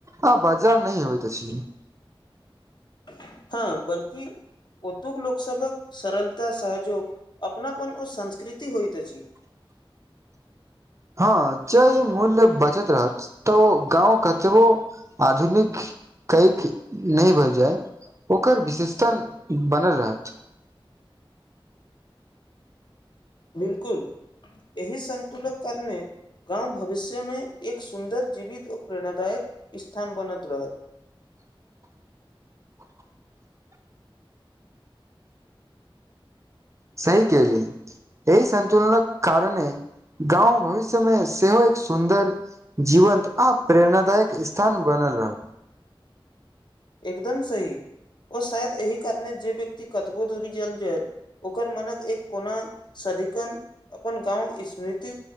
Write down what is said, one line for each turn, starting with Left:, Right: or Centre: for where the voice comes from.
Right: हँ, बजह नहि होइत अछि।
Left: हँ, बल्कि ओतुक लोकसभक सरलता, सहयोग, अपनापन ओ संस्कृति होइत अछि।
Right: <unintelligible> हँ, जे ई मूल्य बचत रहत, तऽ ओ गाँव कतबो आधुनिक कैक नहि भए जाय। ओकर विशेषता बनल रहत।
Left: 'बिलकुल' एहि सन्तुलक कारणे गामव भविष्यमे, एक सुन्दर जीवित आ प्रेरणादायक स्थान बनल रहत।
Right: <unintelligible> सही केहलउ, एहि सतुलनक कारणे गाँंव भविष्य मे, सेहो एक सुन्दर जीवन्त आ प्रेरणादायक स्थान बनल बनल रहत।
Left: एकदम सही, ओ शायद एहिह कारणे जे व्यक्ति कतबो धूरी जल जल ओकर मनक एक कोना सदिकन अपन गाँवक स्मृति